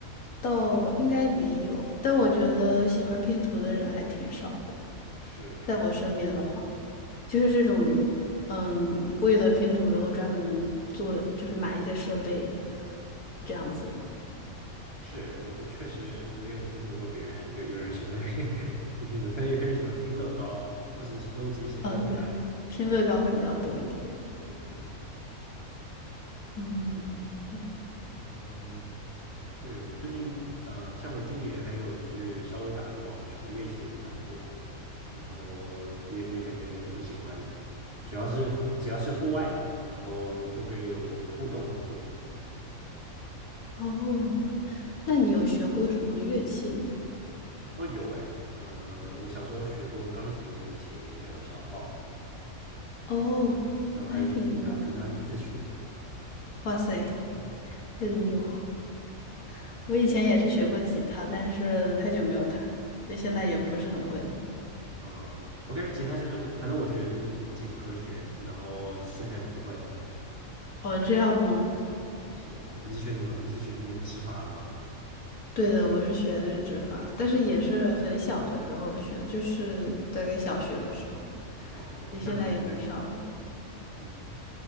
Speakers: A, on the left; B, on the right.
A: 倒应该没有，但我觉得喜欢拼图的人还挺少的，
B: 是是，
A: 在我身边的话。就是这种，嗯，为了拼图，然后专门做，就是买一些设备，
B: 嗯，
A: 这样子。
B: 是我我确实没有听说过别人有有人喜欢 <laughs> 拼拼图，可能有些人喜欢拼乐高，或者收集一些公仔。
A: 呃，对，拼乐高会比较多一点。
B: 对对对，
A: 嗯，
B: 是的呀，嗯。对，我最近，呃，像我今年还有去稍微打个网球，因为以前也没打过，然后也也感觉挺喜欢的，主要是户只要是户外的，然后跟别人有有互动的，我都挺喜欢的。嗯，
A: 哦，那你有学过什么乐器吗？
B: 哦，有哎，呃，我小时候学过钢琴、小提琴，还有小号，
A: 哦，
B: 然后还有点吉他，
A: 那还挺多的。
B: 吉他是自学的。
A: 哇塞，
B: 嗯，
A: 很牛！<laughs> 我以前也是学过吉他，但是太久没有弹了，所以现在也不是很会了。
B: 哦，o k 吉他就是反正我学的就是几个和弦，然后剩下就不会了。
A: 哦，这样吗？
B: 是，你是学什么？你是学那个指法的吗？
A: 对的，我是学那指法，但是也是很小的时候学的，就是大概小学的时候。
B: 哦，
A: 你现在也很少了。
B: 那很厉害。嗯，